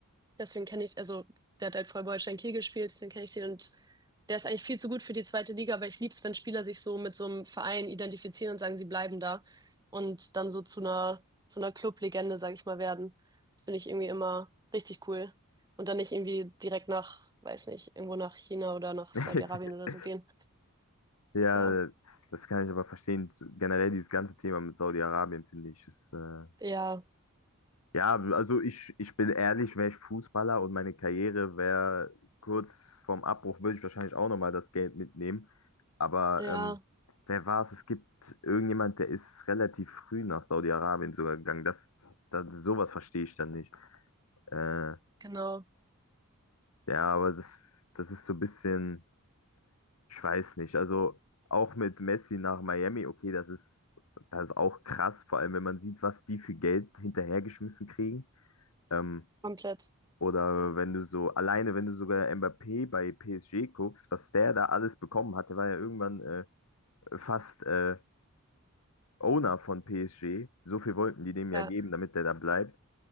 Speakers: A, on the right; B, on the left.
A: Deswegen kenne ich, also der hat halt vor Holstein Kiel gespielt, deswegen kenne ich den und der ist eigentlich viel zu gut für die zweite Liga, aber ich lieb's, wenn Spieler sich so mit so einem Verein identifizieren und sagen, sie bleiben da und dann so zu einer, zu einer Clublegende legende sag ich mal, werden. Das finde ich irgendwie immer richtig cool. Und dann nicht irgendwie direkt nach, weiß nicht, irgendwo nach China oder nach
B: <laughs>
A: Saudi-Arabien oder so gehen.
B: Ja,
A: Ja,
B: das kann ich aber verstehen. Generell dieses ganze Thema mit Saudi-Arabien, finde ich, ist äh,
A: ja,
B: Ja, also ich, ich bin ehrlich, wäre ich Fußballer und meine Karriere wäre kurz vorm Abbruch, würde ich wahrscheinlich auch nochmal das Geld mitnehmen. Aber
A: ja,
B: ähm, wer war es? Es gibt irgendjemand, der ist relativ früh nach Saudi-Arabien sogar gegangen. Das, das, sowas verstehe ich dann nicht. Äh,
A: genau,
B: ja, aber das, das ist so ein bisschen, ich weiß nicht. Also auch mit Messi nach Miami, okay, das ist, das ist auch krass, vor allem wenn man sieht, was die für Geld hinterhergeschmissen kriegen. Ähm,
A: komplett.
B: Oder wenn du so, alleine wenn du sogar Mbappé bei PSG guckst, was der da alles bekommen hat, der war ja irgendwann äh, fast äh, Owner von PSG. So viel wollten die dem
A: Ja,
B: ja geben, damit der da bleibt.